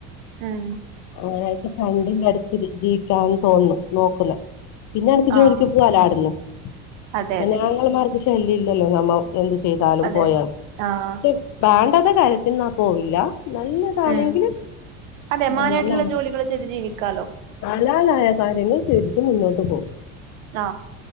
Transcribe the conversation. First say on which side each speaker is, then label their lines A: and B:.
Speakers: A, on the right (about 85°); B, on the left (about 50°).
A: ഉം
B: അങ്ങനായിട്ട് ഫണ്ടി എടുത്തി ജീവിക്കാന്ന് തോന്നും നോക്കുന്ന പിന്നെ അടുക്ക് ജോലിക്ക്
A: ആഹ്
B: പോകാലോ അവിടു
A: അതെ
B: പിന്നെ
A: അതെ
B: ആങ്ങളമാർക്ക് ശല്യ ഇല്ലല്ലോ നമ്മ എ ചെയ്താലും
A: അതെ
B: പോയാലും
A: ആഹ്
B: പക്ഷെ വേണ്ടാത്ത കാര്യത്തിന് പോവില്ല നല്ലതാണെങ്കിൽ
A: ഉം അതെ മാനായിട്ടുള്ള
B: ആ
A: ജോലികള് ചെയ്ത് ജീവിക്കാലോ
B: ഹലാലായ കാര്യങ്ങൾ ശെരിക്കും മുന്നോട്ട് പോകും
A: ആ